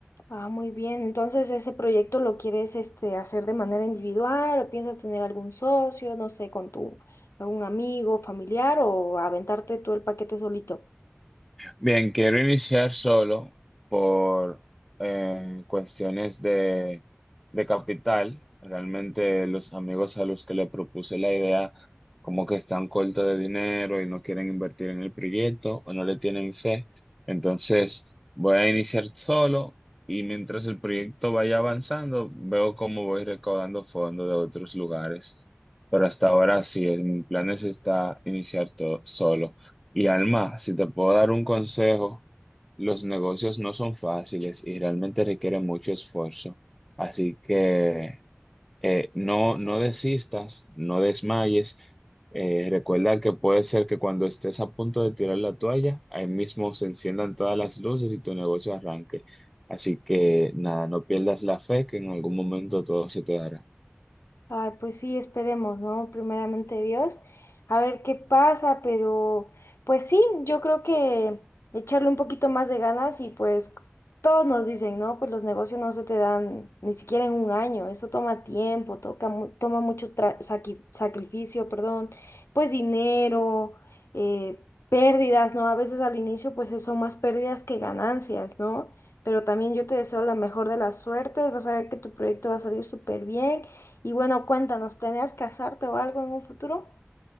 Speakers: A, on the left (about 75°); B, in the centre.
A: Ah, muy bien. Entonces, ¿ese proyecto lo quieres este, hacer de manera individual o piensas tener algún socio, no sé, con tu algún amigo, familiar o aventarte tú el paquete solito?
B: Bien, quiero iniciar solo por eh, cuestiones de, de capital. Realmente los amigos a los que le propuse la idea como que están cortos de dinero y no quieren invertir en el proyecto o no le tienen fe. Entonces voy a iniciar solo y mientras el proyecto vaya avanzando, veo cómo voy recaudando fondos de otros lugares. Pero hasta ahora sí, es, mi plan es está iniciar todo solo. Y Alma, si te puedo dar un consejo, los negocios no son fáciles y realmente requieren mucho esfuerzo. Así que eh, no, no desistas, no desmayes. Eh, recuerda que puede ser que cuando estés a punto de tirar la toalla, ahí mismo se enciendan todas las luces y tu negocio arranque. Así que nada, no pierdas la fe que en algún momento todo se te dará.
A: Ay, pues sí, esperemos, ¿no? Primeramente Dios, a ver qué pasa, pero pues sí, yo creo que echarle un poquito más de ganas y pues todos nos dicen, ¿no? Pues los negocios no se te dan ni siquiera en un año, eso toma tiempo, toca, mu- toma mucho tra- saqui- sacrificio, perdón, pues dinero, eh, pérdidas, ¿no? A veces al inicio pues son más pérdidas que ganancias, ¿no? Pero también yo te deseo la mejor de las suertes, vas a ver que tu proyecto va a salir súper bien. Y bueno, cuéntanos, ¿planeas casarte o algo en un futuro?